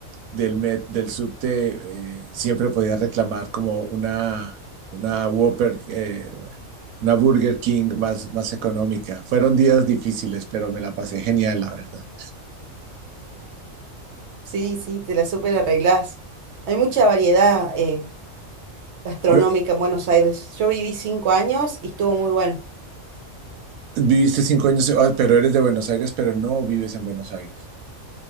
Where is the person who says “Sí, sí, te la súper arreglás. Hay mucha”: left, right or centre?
Right